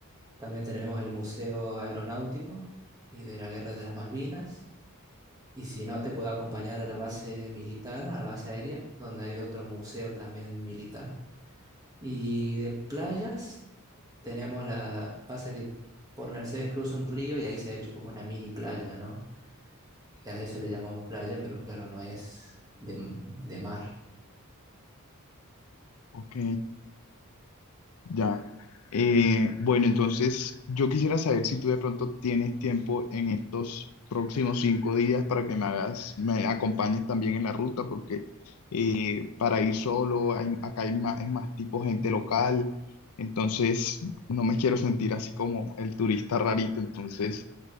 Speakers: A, on the right; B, on the left.
A: También tenemos el Museo Aeronáutico y de la Guerra de las Malvinas. Y si no, te puedo acompañar a la base militar, a la base aérea, donde hay otro museo también militar. Y de playas tenemos la, pasa que por Mercedes cruza un río y ahí se ha hecho como una mini playa, ¿no? Y a eso le llamamos playa, pero claro, no es de, de mar.
B: Ok, ya. Eh, bueno, entonces yo quisiera saber si tú de pronto tienes tiempo en estos próximos cinco días para que me hagas, me acompañes también en la ruta, porque eh, para ir solo, hay- acá hay más, es más tipo gente local, entonces no me quiero sentir así como el turista rarito. Entonces,